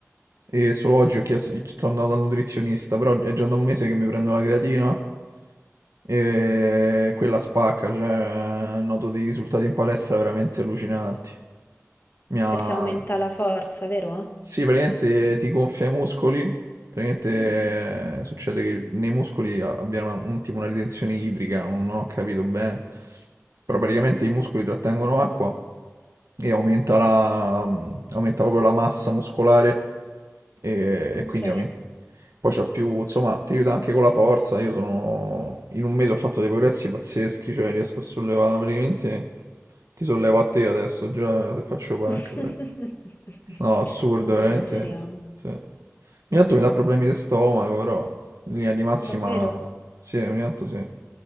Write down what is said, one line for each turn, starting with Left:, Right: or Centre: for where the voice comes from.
Right: E solo oggi ho chiesto, sono andato dal nutrizionista, però è già da un mese che mi prendo la creatina e quella spacca, cioè noto dei risultati in palestra veramente allucinanti. Mi ha...
Left: perché aumenta la forza, vero?
Right: Sì, praticamente ti gonfia i muscoli, praticamente
Left: Mm.
Right: eh, succede che nei muscoli a- abbiano un, tipo una ritenzione idrica, non non ho capito bene, però praticamente i muscoli trattengono acqua e aumenta la, mm, aumenta proprio la massa muscolare e,
Left: Ok.
Right: e quindi ovvi- poi c'ho più, insomma, ti aiuta anche con la forza. Io sono, in un mese ho fatto dei progressi pazzeschi, cioè riesco a sollevare praticamente, ti sollevo a te adesso, già se faccio panca.
Left: <laughs>
Right: pre- No, assurdo,
Left: Non
Right: veramente.
Left: esageriamo.
Right: Sì. Ogni tanto mi dà problemi di stomaco, però in linea di massima,
Left: Davvero?
Right: sì, ogni tanto sì.